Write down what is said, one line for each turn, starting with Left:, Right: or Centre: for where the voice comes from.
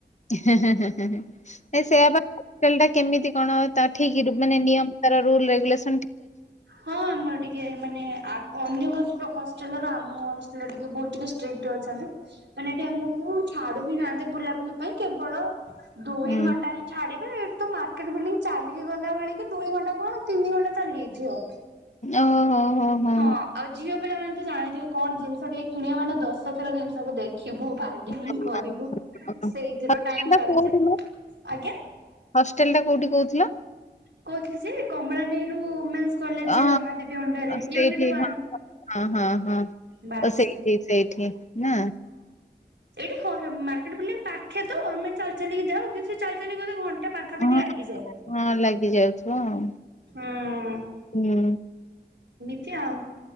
Left: ହେଁ ହେଁ ହେଁ ସେଇଆ ପା ହଷ୍ଟଲା ଟା କେମିତି କଣ ଅ ତା ଠିକ ମାନେ ନିୟମ ତାର ରୁଲ ରେଗୁଲେସନ୍
Right: ହଁ ଆମର ଟିକେ ମାନେ ଆ ଅନ୍ୟ ହଷ୍ଟେଲ ର ଆମ ହଷ୍ଟେଲ ଟିକେ ବହୁତ ଟିକେ ଷ୍ଟ୍ରିକଟ ଅଛନ୍ତି ମାନେ ଏଠି ଆମକୁ ଛାଡୁ ବିି ନାହନ୍ତି ବୁଲାବୁଲି ପାଇଁ କେବଳ ଦୁଇ
Left: ହୁଁ
Right: ଘଣ୍ଟା ହିଁ ଛାଡିବେ ଏଇଠି ତ ରକେଟ୍ ବିଲ୍ଡିଂ ଚାଲିକି ଗଲା ବେଳେକି ଦୁଇ ଘଣ୍ଟା କଣ ତିନି ଘଣ୍ଟା ଚାଲିଯାଇଥିବ।
Left: ଓହୋ ହୋ ହୋ
Right: ହଁ ଆଉ ଝିଅ ପିଲାମାନେ ଜାଣିଥିବ କଣ ଜିନିଷ ଟିକ କିଣିବା ମାନେ ଦଶଥର ଜିନିଷକୁ ଦେଖ ଦେଖିବୁ ବାର୍ଗେନିଂ
Left: ହଁ।
Right: କରିବୁ
Left: ହଷ୍ଟେଲ
Right: ସେଇଥିର ଟାଇମ
Left: ଟା
Right: ଚାଲିଯାଏ।
Left: କୋଉଠି ମ
Right: ଆଜ୍ଞା।
Left: ହଷ୍ଟେଲ ଟା କୋଉଠି କହୁଥିଲ?
Right: କହୁଥିଲି ଯେ କମଳାନେରୁ ଓମେନ୍ସ କଲେଜରେ
Left: ଅ
Right: ରମାଦେବୀ ଅଣ୍ଡରରେ
Left: ସେଇଠି
Right: ୟୁନିଟ ୱାନ
Left: ହଁ ହଁ ହଁ।
Right: ବାସ
Left: ଓ ସେଇଠି ସେଇଠି ନା
Right: ଏଇ ହଁ ଏଇଠି ମାର୍କେଟ ବିଲ୍ଡିଂ ପାଖ ଖେର୍ ତ ଆମେ ଚାଲି ଚାଲିକି ଯାଉ କିନ୍ତୁ ସେ ଚାଲି ଚାଲି ଗଲେ ଘଣ୍ଟା ପାଖାପାଖି
Left: ହଁ
Right: ଲାଗିଯାଏ।
Left: ହଁ ଲାଗି ଯାଉଥିବ ଆଉ।
Right: ହୁଁ
Left: ହୁଁ।
Right: ଏମିତି ଆଉ।